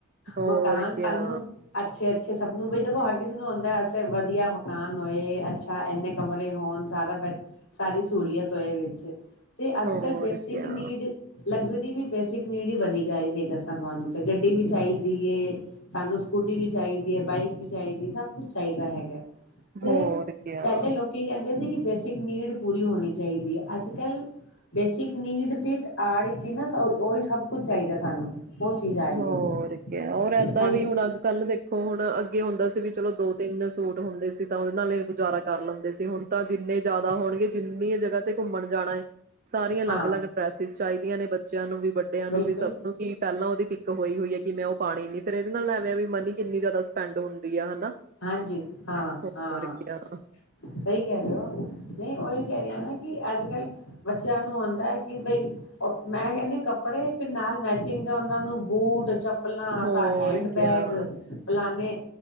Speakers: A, on the right; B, on the left.
A: ਹੋਰ
B: ਮਕਾਨ
A: ਕਿਆ
B: ਸਾਨੂੰ ਅੱਛੇ ਅ ਅੱਛਾ ਸਭ ਨੂੰ ਬਈ ਦੇਖੋ ਹਰ ਕਿਸੇ ਨੂੰ ਆਉਂਦਾ ਸੇ ਵਧੀਆ ਮਕਾਨ ਹੋਏ ਅੱਛਾ ਇੰਨੇ ਕਮਰੇ ਹੋਣ ਸਾਰਾ ਸਾਰੀ ਸਹੂਲੀਅਤ ਹੋਏ ਵਿਚ। ਤੇ ਅੱਜ
A: ਹੋਰ
B: ਕੱਲ੍ਹ ਬੇਸਿਕ
A: ਕਿਆ
B: ਨੀਡ ਲਗਜ ਦੀ ਵੀ ਬੇਸਿਕ ਨੀਡ ਹੀ ਬਣੀ ਜਾਏ ਸਹੀ ਦੱਸਾਂ ਤੁਹਾਨੂੰ ਤੇ ਗੱਡੀ ਵੀ ਚਾਹੀਦੀ ਹੈ, ਸਾਨੂੰ ਸਕੂਟੀ ਵੀ ਚਾਹੀਦੀ ਹੈ, ਬਾਈਕ ਵੀ ਚਾਹੀਦੀ ਹੈ, ਸਭ ਕੁਛ ਚਾਹੀਦਾ ਹੈਗਾ। ਤੇ
A: ਹੋਰ ਕਿਆ
B: ਪਹਿਲੇ ਲੋਕੀ ਕਹਿੰਦੇ ਸੀ ਕਿੇ ਇਕ ਨੀਡ ਪੂਰੀ ਹੋਣੀ ਚਾਹੀਦੀ ਹੈ ਅੱਜ ਕੱਲ ਬੇਸਿਕ ਨੀਡ ਦੇ ਆੜ ਹੀ ਨਾ ਉਹੀ ਸਭ ਕੁਛ ਚਾਹੀਦਾ ਸਾਨੂੰ ਉਹ ਚੀਜ਼ ਆ ਰਹੀ
A: ਹੋਰ
B: ਹੈ
A: ਕਿਆ ਹੋਰ ਇਏਦਾਂ
B: ਸਾਨੂੰ
A: ਵੀ ਹੁਣ ਅੱਜ ਕੱਲ੍ਹ ਦੇਖੋ ਹੁਣ ਅੱਗੇ ਹੁੰਦਾ ਸੀ। ਵੀ ਚਲੋ ਦੋ ਤਿੰਨ ਸੂਟ ਹੁੰਦੇ ਸੀ। ਤਾਂ ਉਹਦੇ ਨਾਲ ਗੁਜ਼ਾਰਾ ਕਰ ਲੈਂਦੇ ਸੀ ਹੁਣ ਤਾਂ ਜਿੰਨੇ ਜ਼ਿਆਦਾ ਹੋਣਗੇ ਜਿੰਨੀਆਂ ਜਗ੍ਹਾ ਤੇ ਘੁੰਮਣ ਜਾਣਾ ਹੈ ਸਾਰੀਆਂ ਅਲੱਗ
B: ਹਾਂ
A: ਅਲੱਗ ਡਰੈਸਿਸ ਚਾਹੀ ਵੇਲੇ ਬੱਚਿਆਂ ਨੂੰ ਵੀ ਵੱਡਿਆਂ
B: ਬਿਲਕੁਲ
A: ਨੂੰ ਵੀ, ਸਭ ਨੂੰ, ਕੀ ਪਹਿਲਾਂ ਉਹਦੀ ਹੋਈ-ਹੋਈ ਹੈ, ਕਿ ਮੈਂ ਉਹ ਪਾਣੀ ਨੀ ਫੇਰ ਇਹਦੇ ਨਾਲ ਐਵੇ ਵੀ ਮਨੀ ਕਿੰਨੀ ਜ਼ਿਆਦਾ ਸਪੈਂਡ ਹੁੰਦੀ ਹੈ ਹਨਾ।
B: ਹਾਂਜੀ, ਹਾਂ-ਹਾਂ
A: ਹੋਰ ਕਿਆ
B: ਸਹੀ ਕਹਿ ਰਹੇ ਹੋ। ਨਹੀਂ, ਉਹੀ ਕਹਿ ਰਹੀਆਂ ਨਾ ਕਿ ਅੱਜ ਕੱਲ੍ਹ ਬੱਚਿਆਂ ਨੂੰ ਆਉਂਦਾ ਹੈ ਕਿ ਬਈ ਮੈਂ ਕਹਿੰਦੀ ਕੱਪੜੇ ਫਿਰ ਨਾਲ ਮੈਚਿੰਗ ਦੇ ਉਹਨਾਂ ਨੂੰ ਬੂਟ ਚੱਪ ਫਲਾ,
A: ਹੋਰ
B: ਹੈਂਡ
A: ਕਿਆ
B: ਬੈਗ ਫਲਾਾਨਣੇ